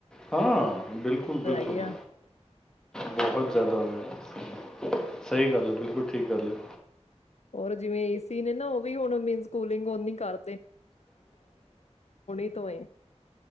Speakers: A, in the centre; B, on the left.
A: ਹਾਂ ਬਿਲਕੁਲ ਬਿਲਕੁਲੁ
B: ਗਿਆ
A: ਬਹੁਤ ਜ਼ਿਆਦਾ ਹੋਵੇ ਸਹੀ ਗੱਲ ਹੈ ਬਿਲਕੁਲ ਠੀਕ ਗੱਲ ਹੈ
B: ਹੋਰ ਜਿਵੇਂ ਏ ਸੀ ਨੇ ਨਾ ਉਹ ਵੀ ਹੁਣ ਮਨ ਸਕੂਲਿੰਗ ਉਹ ਕਰ ਤੋਂ ਏ